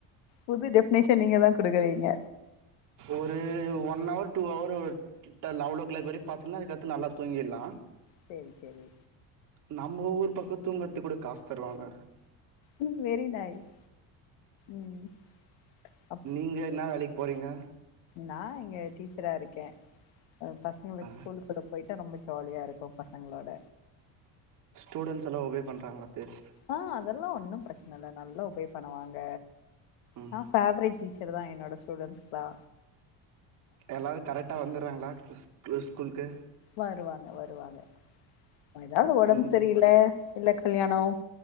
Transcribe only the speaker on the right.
ஒரு ஒன் அவரு டூ அவரு கிட்ட லவல் ஓ கிளாக் வர பாத்தீக்கனு அதுக்கத்து நல்லா தூங்கிட்லா
இப்போ நம்ம ஊர் பக்கோ தூங்கற்த்துகு கூட காசு தருவாங்க
நீங்க என்னா வேலைக்கி போறீங்க
ஆ
ஸ்டூடெண்டஸ்ல்லா ஒபே பண்றங்களா பேச்சு
ம்
எல்லாரு கரெக்டா வந்துறாங்களா ஸ்கூல்லுகு
ம்